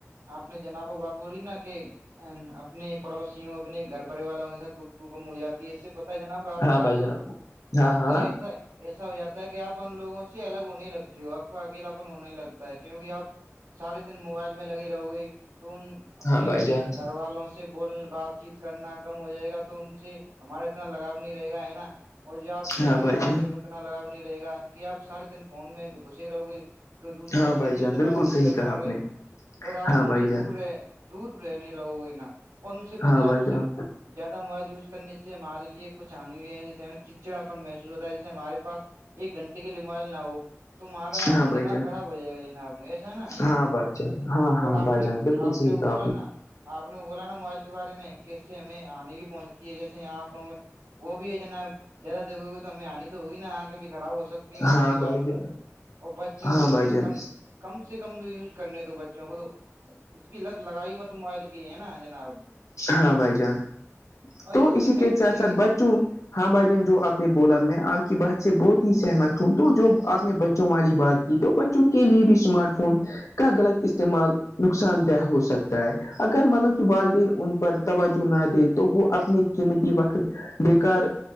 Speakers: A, on the right (about 75°); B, on the left (about 75°).
A: آپ نے جناب وہ بات بولی نا کہ اپنے پڑوسیوں اپنے گھر پریوار والوں کے ساتھ گفتگو کم ہو جاتی ہے اس سے پتہ ہے جناب اپ
B: ہاں
A: کا
B: بھائی جان ہاں
A: اپ
B: ہاں
A: کا اس سے ایسا ہو جاتا ہے کہ آپ ان لوگوں سے الگ ہونے لگتی ہو آپ کو اکیلا اپن ہونے لگتا ہے کیونکہ آپ سارے دن موبائل میں لگی رہو گئی تو ان اپنے
B: ہاں بھائی جان
A: گھر والوں سے بول بات چیت کرنا کا کم ہو جائے گا تو ان سے ہمارا اتنا لگاؤ نہیں رہے گا ہے نا اور یہ آپ رشتے
B: ہاں بھائی
A: داروں
B: جان
A: سے اتنا لگاؤ نہیں رہے گا کہ آپ سارے دن فون میں گسیے رہو گے تو دوسروں
B: ہاں بھائی
A: سے کیسے
B: جان بالکل
A: بات چیت
B: صحیح
A: کر
B: کہا
A: پاؤ
B: آپ
A: گے
B: نے
A: اور آپ
B: ہاں
A: ان
B: بھائی
A: سے
B: جان
A: دور رہ دور رہنے لگو گے نا اور ان سے پتا
B: ہاں
A: ہے
B: بھائی
A: آپ سے
B: جان
A: زیادہ موبائل یوز کر سے ہمارے لیے کچھانی ہو ہے جیے ہم چچڑاپن محسو ہوتا ہے جسے ہمارے پاس ایک گھنٹے کے لیے موبائل نہ ہو تمہارا
B: ہاں بھائی
A: دماغ
B: جان
A: خراب ہو جائے گا جناب ایسا ہے نا
B: ہاں بھائی جان ہاں
A: اور
B: ہاں
A: آپ
B: بھائی
A: نے
B: جان بالکل
A: آپ
B: صحیح
A: نے وہ بولا
B: کہا
A: نا آپ نے بولا نا موبائل کے بارے میں کیس سے ہمیں آنی بھی پہنچتی ہے جیسے انکھوں وہ بھی ہے جناب زیادہ دیکھو تو ہمیں آنی تو ہوگی نا آنکھیں بھی خراب ہو سکتی ہیں اس
B: ہاں
A: کے بعد
B: بھائی جان
A: اور بچوں
B: ہاں
A: کو اس
B: بھائی
A: سے
B: جان
A: کم کم سے کم تو یوز کرنے دو بچوں کو تو اس کی لت لگائی مت موبائل کی ہے نا جناب
B: ہاں بھائی جان
A: اور
B: تو
A: اس
B: اسی
A: سے کئی
B: کے
A: طرح
B: ساتھ ساتھ
A: کی
B: بچوں ہاں بھائی جان جو آپ نے بولا میں آپ کی بات سے بہت ہی سہمت ہوں تو جو آپ نے بچوں والی بات کی تو کے لیے بھی اسمارٹ فون کا غلط استعمال نقصان دہ ہو سکتا ہے اگر مطلب کہ والدین ان پر توجہ نہ دے تو وہ اپنے قیمتی وقت بیکار